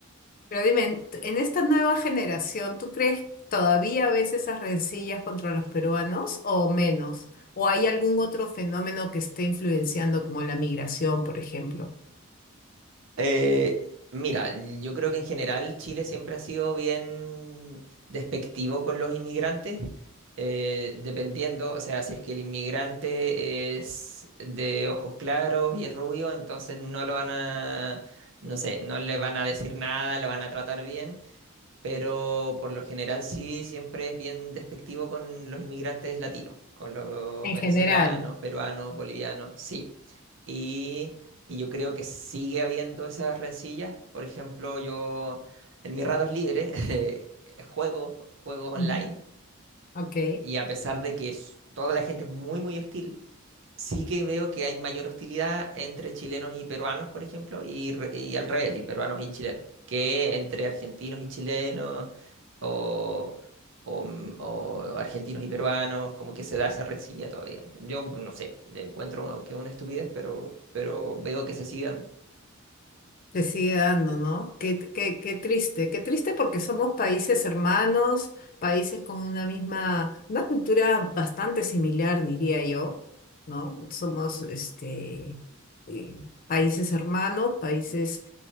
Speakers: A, on the left; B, on the right.
A: Pero dime, en en esta nueva generación, ¿tú crees todavía ves esas rencillas contra los peruanos o menos? ¿O hay algún otro fenómeno que esté influenciando como la migración, por ejemplo?
B: Eh, mira, yo creo que en general Chile siempre ha sido bien despectivo con los inmigrantes, eh, dependiendo, o sea, si es que el inmigrante es de ojos claros y es rubio, entonces no lo van a, no sé, no le van a decir nada, lo van a tratar bien, pero por lo general sí, siempre es bien despectivo con los inmigrantes latinos, con los
A: En
B: venezolanos,
A: general.
B: peruanos, bolivianos, sí. Y, y yo creo que sigue habiendo esas rencillas. Por ejemplo, yo en mis ratos libres <laughs> eh, juego juegos online
A: Ujú. Ok.
B: y a pesar de que es- toda la gente es muy, muy hostil, sí que veo que hay mayor hostilidad entre chilenos y peruanos, por ejemplo, y, re- y al revés, y peruanos y chilenos, que entre argentinos y chilenos o, o, mm, o argentinos y peruanos, como que se da esa rencilla todavía. Yo no sé, le encuentro que es una estupidez, pero, pero veo que se sigue dando.
A: Te sigue dando, ¿no? Qué, qué, qué triste, qué triste porque somos países hermanos, países con una misma, una cultura bastante similar, diría yo, ¿no? Somos este, eh, países hermanos, países